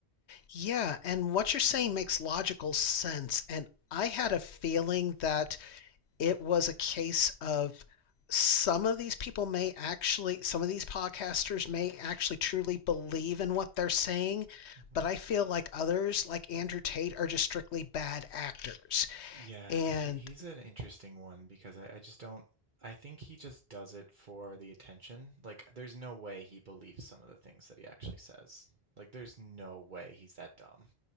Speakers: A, on the left; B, on the right.
A: Yeah, and what you're saying makes logical sense. And I had a feeling that it was a case of some of these people may actually, some of these podcasters may actually truly believe in what they're saying,
B: hmm
A: but I feel like others, like Andrew Tate, are just strictly bad actors.
B: Yeah,
A: And
B: he, he's an interesting one because I, I just don't. I think he just does it for the attention. Like, there's no way he believes some of the things that he actually says. Like, there's no way he's that dumb.